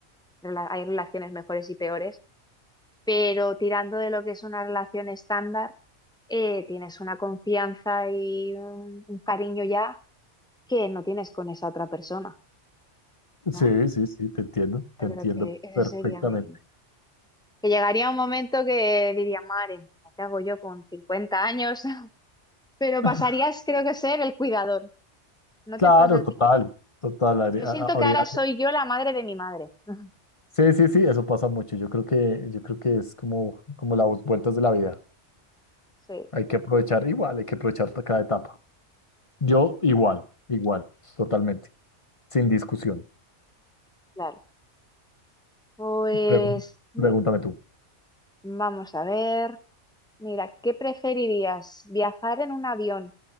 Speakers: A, in the centre; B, on the left.
A: rela- hay relaciones mejores y peores, pero tirando de lo que es una relación estándar, eh, tienes una confianza y un, un cariño ya que no tienes con esa otra persona, ¿no?
B: Sí, sí, sí, te entiendo, te
A: Yo
B: entiendo
A: creo que ese
B: perfectamente.
A: sería mi... que llegaría un momento que diría, madre, ¿qué hago yo con 50 años? <laughs> Pero
B: <laughs>
A: pasarías, creo que, ser el cuidador. ¿No
B: Claro,
A: te pasa a
B: total,
A: ti?
B: total. Ari-
A: Yo
B: a-
A: siento
B: a- Habría...
A: que ahora soy yo la madre de mi madre. <laughs>
B: Sí, sí, sí, eso pasa mucho. Yo creo que, yo creo que es como, como las vueltas de la vida.
A: Sí,
B: Hay que aprovechar igual, hay que aprovechar cada etapa. Yo
A: sí,
B: igual,
A: totalmente.
B: igual, totalmente, sin discusión.
A: Mm, claro. Pues
B: Pre-
A: mi-
B: Pregúntame tú.
A: vamos a ver. Mira, ¿qué preferirías? ¿Viajar en un avión